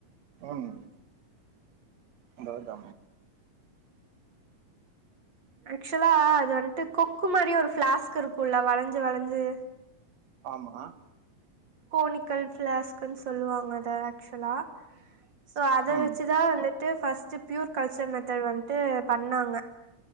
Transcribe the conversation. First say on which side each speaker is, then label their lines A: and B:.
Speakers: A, on the right (about 60°); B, on the right (about 35°).
A: உம் அதாவது த
B: அஷ்வலா இது வந்துட்டு குக்கு மாரி ஒரு பிளாஸ்க் இருக்கும்ல வளைஞ்சு வளைஞ்சு
A: ஆமா
B: கோணிக்கல் பிளாஸ்க்கன்னு சொல்லுவாங்க அத ஆக்சுவலா ஸோ அதை
A: ம்
B: வச்சுதா வந்துட்டு பர்ஸ்ட் ப்யூர் கல்ச்சர் மெத்தட் வந்துட்டு பண்ணாங்க